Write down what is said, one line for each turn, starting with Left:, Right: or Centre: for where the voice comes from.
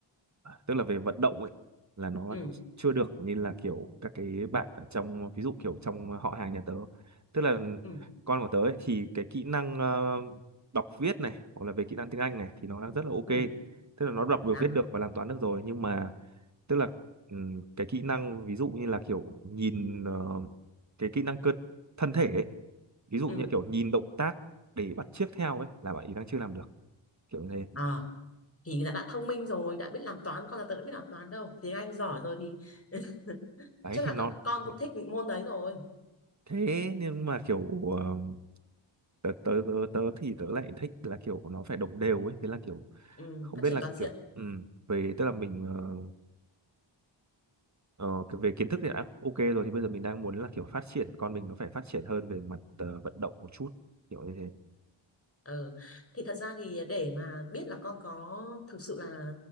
Right: tức là về vận động ấy là nó
Left: ừ
Right: chưa được như là kiểu các cái bạn ở trong ví dụ kiểu trong họ hàng nhà tớ tức là
Left: ừ
Right: con của tớ ấy, thì cái kỹ năng ờ, đọc viết này hoặc là về kỹ năng tiếng Anh này thì nó đang rất là ok
Left: ừ
Right: tức là nó đọc
Left: Thế
Right: được
Left: à?
Right: viết được và làm toán được rồi nhưng mà tức là ừm, cái kỹ năng ví dụ như là kiểu nhìn ờ, cái kỹ năng cơ thân thể ấy, ví dụ
Left: Ừ.
Right: như kiểu nhìn động tác để bắt chước theo ấy là bạn ý đang chưa làm được kiểu như thế
Left: À, thì đã, đã thông minh rồi, đã biết làm toán, con là tớ đã biết làm toán đâu. Tiếng Anh giỏi rồi thì <laughs>
Right: đấy
Left: chắc
Right: thì
Left: là
Right: nó
Left: các con
Right: nó-
Left: cũng thích môn đấy rồi.
Right: thế nhưng mà kiểu ờ, tớ tớ tớ, tớ thì tớ lại thích là kiểu nó phải đồng đều ấy thế là kiểu
Left: Ừ,
Right: không
Left: phát
Right: biết
Left: triển
Right: là
Left: toàn diện.
Right: kiểu ừ, về tức là mình ờ, ờ, cái- về kiến thức thì đã ok rồi thì bây giờ mình đang muốn là kiểu phát triển con mình nó phải phát triển hơn về mặt ờ, vận động một chút kiểu như thế
Left: Ờ, thì thật ra thì để mà biết là con có thực sự là